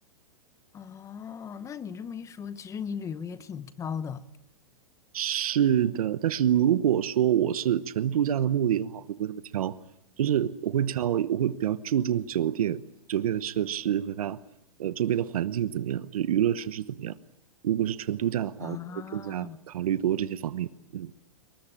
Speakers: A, on the left; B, on the right.
A: 哦，那你这么一说，其实你旅游也挺挑的
B: 是的，但是如果说我是纯度假的目的的话，我就不会那么挑，就是我会挑，我会比较注重酒店，酒店的设施和它呃周边的环境怎么样，就是娱乐设施怎么样。如果是纯度假的话，
A: 啊。
B: 我会更加考虑多这些方面。嗯，